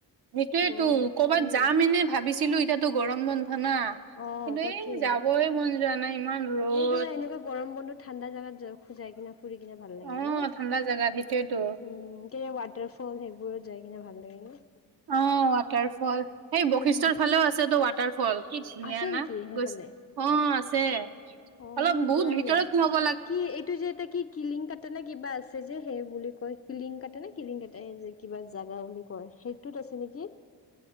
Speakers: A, on the right (about 50°); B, on the left (about 30°).
A: সেইটোয়েতো
B: গৰমত
A: কৰ'বাত
B: উম
A: যাম এনে ভাবিছিলো এতিয়া গৰম বন্ধ ধনা কিন্তু
B: অ', তাকে।
A: এই যাবই মন যোৱা নাই ইমান ৰ'দ
B: এই তোমাৰ এনেকুৱা গৰম বন্ধু ঠাণ্ডা জাগাত খুজাই কিনে ফুৰি কিনে ভাল লাগে
A: অ',
B: ন উম
A: ঠাণ্ডা জাগাত সেইটোয়েতো।
B: কিনে ৱাটাৰ ফল সেইবোৰো যাই কিনে ভাল লাগে ন
A: অ ৱাটাৰ ফল সেই বৈশিষ্ট্যৰ
B: উম।
A: ফালেও আছেটো ৱাটাৰ ফল কি ধুনীয়া
B: আছে
A: না
B: নেকি সেইফালে?
A: গৈ অ আছে
B: অ
A: অলপ
B: মই
A: বহুত
B: যোৱাই
A: ভিতৰত
B: নাই
A: হব
B: কি এইটো যে এটা কি কিলিং কাটানা নে কিবা আছে যে সেই বুলি কয় কিলিং কাটে নে কিলিং কাটে যে কিবা জাগা বুলি কয় সেইটোত আছে নেকি